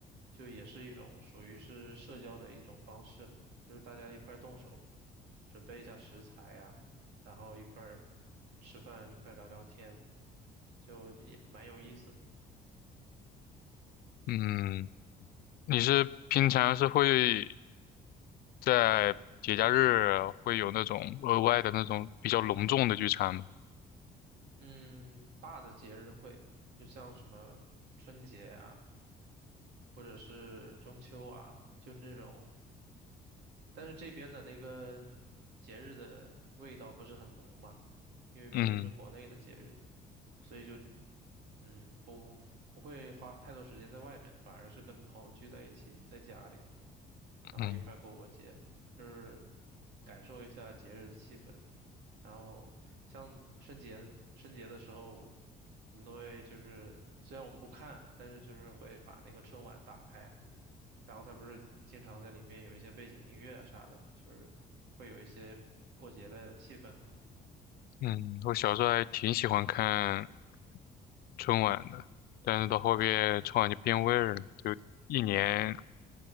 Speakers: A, on the right (about 80°); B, on the left (about 65°).
A: 就也是一种属于是社交的一种方式嘛就是大家一块儿动手，准备一下食材呀，然后一块儿吃饭，一块儿聊聊天，就这也蛮有意思的。
B: 嗯，你是平常是会在节假日会有那种额外的那种比较隆重的聚餐吗？
A: 嗯，大的节日会，就像什么春节啊，或者是中秋啊，就那种但是这边的那个节日的味道不是很浓嘛，因为毕竟是国内的节日，
B: 嗯
A: 所以就嗯不不会花太多时间在外面，反而是跟朋友聚在一起，在家里。然后一块儿过过节，
B: 嗯
A: 就是感受一下节日的气氛。然后像春节春节的时候，我们都会就是虽然我们不看，但是就是会把那个春晚打开，然后它不是经常在里面有一些背景音乐啊啥的，就是会有一些过节的气氛嘛。
B: 嗯，我小时候还挺喜欢看春晚的，但是到后边春晚就变味儿了，就一年